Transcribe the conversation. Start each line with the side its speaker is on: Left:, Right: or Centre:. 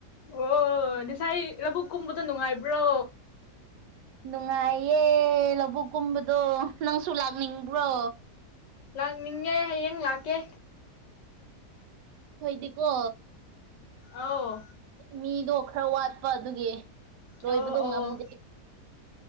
Left: ꯑꯣ ꯉꯁꯥꯏ ꯂꯧꯕꯨꯛ ꯀꯨꯝꯕꯗꯨ ꯅꯨꯡꯉꯥꯏꯕ꯭ꯔꯣ
Right: ꯅꯨꯡꯉꯥꯏꯌꯦ ꯂꯧꯕꯨꯛ ꯀꯨꯝꯕꯗꯣ ꯅꯪꯁꯨ ꯂꯥꯛꯅꯤꯡꯕ꯭ꯔꯣ
Left: ꯂꯥꯛꯅꯤꯡꯉꯦ ꯍꯌꯦꯡ ꯂꯥꯛꯀꯦ
Right: ꯍꯣꯏꯗꯤꯀꯣ
Left: ꯑꯧ
Right: ꯃꯤꯗꯣ ꯈꯔ ꯋꯥꯠꯄ ꯑꯗꯨꯒꯤ ꯂꯣꯏꯕꯗꯣ
Left: ꯑꯣ ꯑꯣ
Right: ꯉꯝꯗꯦ